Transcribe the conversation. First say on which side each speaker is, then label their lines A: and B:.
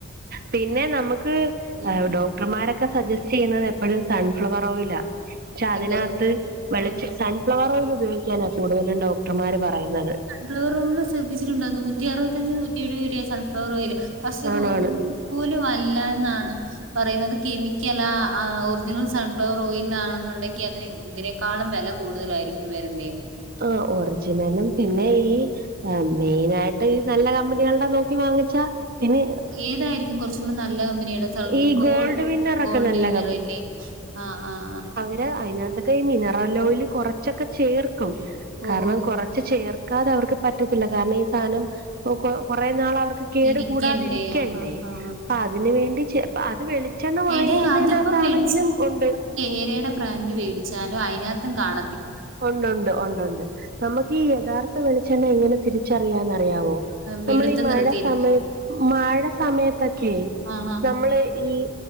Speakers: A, on the right (about 50°); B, on the right (about 70°).
A: പിന്നെ നമുക്ക്
B: ഉം
A: <unintelligible> ക്ടർമാരൊക്കെ സജസ്റ്റ് ചെയ്യുന്നത് എപ്പഴും സൺഫ്ലവർ ഓയിലാ. ക്ഷെ അതിനകത്ത്
B: എന്തോ
A: വിെളച്ച്
B: ഉം
A: സൺഫ്ലവർ, ഓയിൽ ഉപയോഗിക്കാനാ കൂടുതലും ഡോക്ടർമാർ പറയുന്നത്.
B: <unintelligible> ശ്രദ്ധിച്ചിട്ടണ്ട നൂറ്റി അറപത്തഞ്ച് നൂറ്റി എഴുപെയാണ് സൺഫ്വർ റയിയില് <unintelligible>
A: ആണാണ്
B: തോന്നുന്നു പോല് വല്ല ന്നാണ്. പറയുന്നത് കെമിക്കൽല ആ ഒറിജിനൽ സൺഫ്ലവർ ഓയിൽ ആണെന്നുണ്ടെങ്കിൽ. അതിന് ഇതിനെ ക്കാളും വില കൂടുതലായിരിക്കും വരുന്നേന്ന്.
A: ആ ഒറിജിനലും പിന്നെ ഈ മെയിന ആയിട്ട് ഈ നല്ല കമ്പനികളുടെ നോക്കി വാങ്ങിച്ചാ. പിന്നെ
B: ഏതായിരിക്കും കുറച്ചും കൂടെ നല്ല കമ്പനികള്. സ്
A: ഈ
B: ഗോൾഡ
A: ഗോൾഡ് വിന്നറൊക്കെ
B: ഗോൾഡ്
A: നല്ല
B: നിയർല്ലി. ആഹ് ആഹ ആ
A: അതിനത്തക്കെ ഈ മിനറൽ ഓയൽ കുറച്ചൊക്കെ ചേർക്കും. കാരണം
B: ഓഹ്
A: കുറ ചേർക്കാതെ അവർക്ക് പറ്റത്തില്ല. കാരണം ഈ സാധനം കുറേ നാൾ അവർക്ക് കേട്
B: ഇരിക്കണ്ടേ
A: കൂടാതിരിക്കണ്ടേ
B: ആഹ് ആഹ്
A: അപ്പൊ അതിന് വേണ്ടി. അത് വെളിച്ചെണ്ണ വാങ്ങിക്കുന്നതിനകത്താണെങ്കിലും
B: എടേ അതിപ്പം മേടിച്ച്
A: ഉണ്ട്.
B: കേരയുടെ ബ്രാൻഡ് വേടിച്ചാലും അതിനകത്തും കാണ
A: ഉണ്ട് ഉണ്ട് ഉണ്ട് ഉണ്ട് നമുക്ക് ഈ യഥാർത്ഥ വെളിച്ചെണ്ണ എങ്ങനെ തിരിച്ചറിയാന്ന്റിയാവോ?
B: വെളുത്ത്
A: നമ്മളെ ഈ മഴ
B: നിർത്തിയിരിക്കും
A: സമയത് മഴ സമയത്തൊക്കെ
B: ആഹ് ആഹ്
A: നമ്മള് ഈ